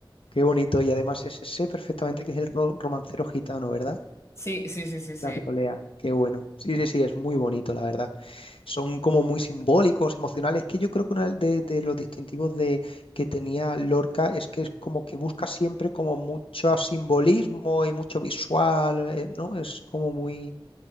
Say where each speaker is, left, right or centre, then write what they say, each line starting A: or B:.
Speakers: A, on the left; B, on the left.
A: Qué bonito, y además ese sé perfectamente que es el ro- romancero gitano, ¿verdad?
B: Sí, sí, sí, sí, sí.
A: Las poleas, qué bueno. Sí, sí, sí, es muy bonito, la verdad. Son como muy simbólicos, emocionales, que yo creo que uno de, de los distintivos de, que tenía Lorca es que es como que busca siempre como mucho simbolismo y mucho visual, eh, ¿no? Es como muy